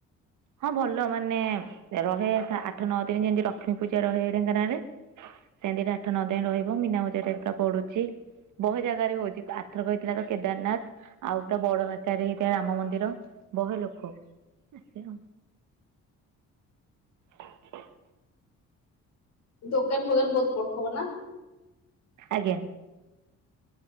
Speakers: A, on the right; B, on the left.
A: ହଁ ଭଲ ମାନେ ରହେ ଆଠ ନଅ ତିନି ଯେମିତି ଲକ୍ଷ୍ମୀ ପୂଜା ରହେ ଢେଙ୍କାନା ରେ। ସେମିତି ଆଠ ନଅ ଦିନ ରହିବ ମୀନା ବଜାରରେ ଏକା ପଡୁଛି। ବହୁ ଜାଗାରେ ହଉଛି ଆରଥରକ କହିଥିଲା ତ କେଦାରନାଥ ଆଉ ତୋ ବଡ ଭା ତାରେ ହେଇଥିଲା ରାମ ମନ୍ଦିର ବହେ ଲୋକ। ସେ ହଁ। <inaudible>
B: ଦୋକାନ ଫୋକାନ ବହୁତ ପଡୁଥିବ ନା?
A: ଆଜ୍ଞା।